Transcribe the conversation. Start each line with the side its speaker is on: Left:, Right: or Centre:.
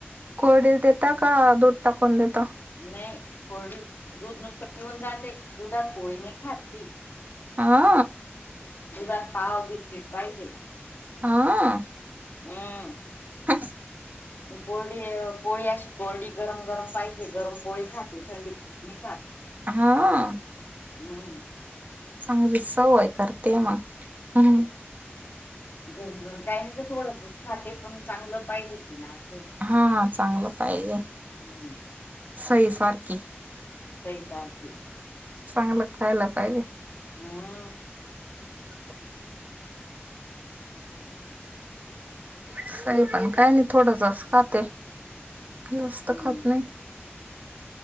Right: कोरडेच देता का दूध टाकून देता?
Left: नई कोरडीच दूध नुसतं पिऊन जाते, दुधात पोळी नई खात ती
Right: हा.
Left: दुधात पाव, बिस्किट पाहिजे
Right: हा
Left: हम्म
Right: <inaudible>
Left: पोरडी पोळी अशी कोरडी गरम गरम पाहिजे गरम पोळी खाते थंडी नाही खात
Right: हा
Left: हम्म
Right: चांगली सवय करते मग हम्म
Left: गरम गरम काही नाही गं थोडसच खाते पण चांगलं पाहिजे तिला असं
Right: हा चांगलं पाहिजे
Left: हम्म
Right: सई सारखी
Left: सई सारखी
Right: चांगलं खायला पाहिजे
Left: हम्म
Right: <unintelligible> सई पण काय नाही थोडं सच खाते जास्त
Left: हम्म
Right: खात नाही